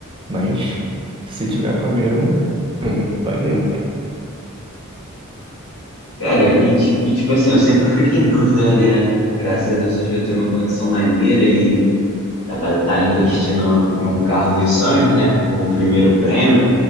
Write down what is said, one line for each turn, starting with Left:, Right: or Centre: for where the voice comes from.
Right: mas se tiver com a grana, <laughs> vai dentro.
Left: Cara, e, ti- e tipo assim, eu sempre fico em dúvida, né? Graças a Deus hoje eu tenho uma condição maneira e dá para estar investindo em um carro dos sonhos, né? O primeiro prêmio.